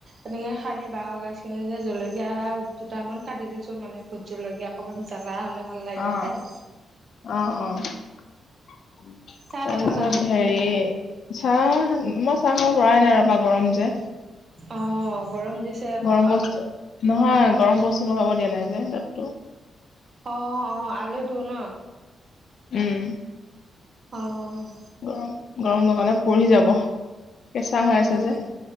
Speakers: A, on the right; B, on the left.
A: এনেকে সানি বাঁহৰ গাজখিনি যে জলকীয়া দুটামান কাটি দিছোঁ মানে ভো ট জলকীয়া অকণমান জ্বলা হ'লে ভাল লাগে
B: অ
A: খায়।
B: অ', অ', তাৰপিছত
A: চাহ তাহ খালা
B: হেৰি চাহ, মই চাহ খাব পৰাই নাই ৰ'বা গৰম যে।
A: অ', গৰম দিছে আকৌ
B: গৰম বস্তু নহয় গৰম বস্তু লগাব দিয়া নাই যে দাঁততো।
A: অ', অ', আলুটো ন!
B: উম।
A: অ'।
B: উম, গৰম লগালে পৰি যাব। কেঁচা হৈ
A: উম
B: আছে যে,